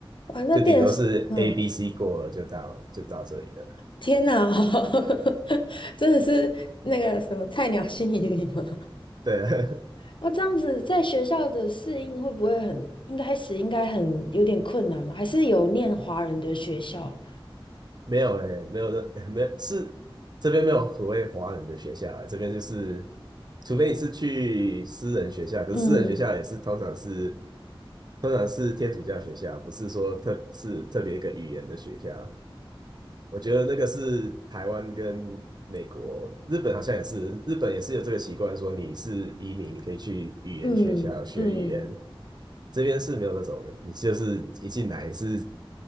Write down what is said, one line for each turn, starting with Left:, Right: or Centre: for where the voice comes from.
Left: 哇，那变成是，
Right: 就顶多是
Left: 嗯，
Right: A、B、C 过了就到了，就到这里了。
Left: 天哪，<laughs> 真的是那个什么菜鸟新移民吗？
Right: 对，<laughs>
Left: 哦，这样子在学校的适应会不会很，应开始应该很有点困难吗？还是有念华人的学校？
Right: 没有哎、没有的，<laughs> 没有是这边没有所谓华人的学校啊，这边就是，除非你是去私人学校，可是私人学校也是通常是
Left: 嗯
Right: 通常是天主教学校，不是说特是特别一个语言的学校。我觉得那个是台湾跟美国、日本好像也是，日本也是有这个习惯，说你是移民，你可以去语言学校学语言。
Left: 嗯嗯
Right: 这边是没有那种，你就是一进来是